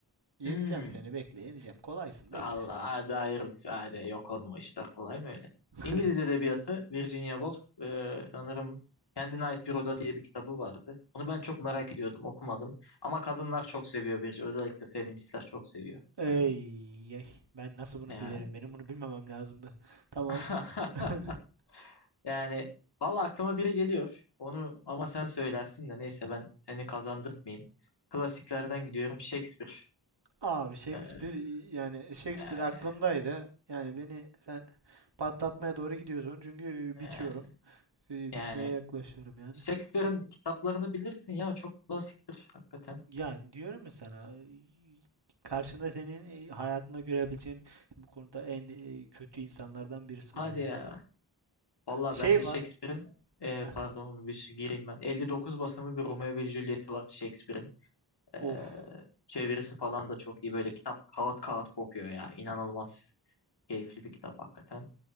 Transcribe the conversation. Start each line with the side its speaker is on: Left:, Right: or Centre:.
Right: Yeneceğim
Left: Hmm,
Right: seni bekle yeneceğim. Kolaysın
Left: Allah'a
Right: bekle.
Left: dair sade yok olma işler kolay mı öyle?
Right: <laughs>
Left: İngiliz edebiyatı Virginia Woolf e, sanırım Kendine Ait Bir Oda diye bir kitabı vardı. Onu ben çok merak ediyordum okumadım. Ama kadınlar çok seviyor Virginia. Özellikle feministler çok seviyor
Right: Ey,
Left: kadını.
Right: ey. Ben nasıl bunu
Left: Yani,
Right: bilirim? Benim bunu bilmemem lazımdı. Tamam.
Left: <laughs>
Right: <laughs>
Left: yani valla aklıma biri geliyor. Onu ama sen söylersin de neyse ben seni kazandırtmayayım. Klasiklerden gidiyorum Shakespeare.
Right: Abi Shakespeare
Left: E,
Right: yani Shakespeare
Left: yani,
Right: aklımdaydı. Yani beni sen patlatmaya doğru gidiyorsun çünkü e,
Left: yani,
Right: bitiyorum. E,
Left: yani
Right: Bitmeye yaklaşıyorum yani.
Left: Shakespeare'in kitaplarını bilirsin ya çok klasiktir hakikaten.
Right: Ya diyorum ya sana y- karşında senin e, hayatında görebileceğin bu konuda en e, kötü insanlardan birisi
Left: Hadi
Right: var yani.
Left: ya. Valla
Right: Şey
Left: ben de Shakespeare'in
Right: var.
Left: e,
Right: heh,
Left: pardon onu bir gireyim ben. 59 basımı bir Romeo ve Juliet'i var Shakespeare'in. E,
Right: Of.
Left: çevirisi falan da çok iyi. Böyle kitap kağıt kağıt kopuyor ya. İnanılmaz keyifli bir kitap hakikaten.